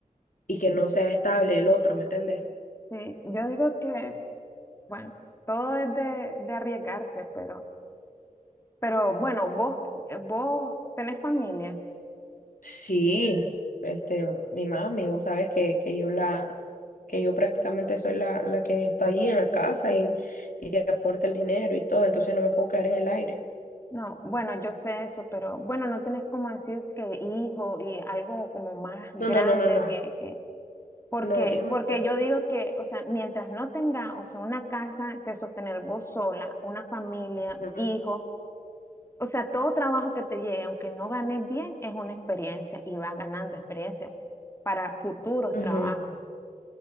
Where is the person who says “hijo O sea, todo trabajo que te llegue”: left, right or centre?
Left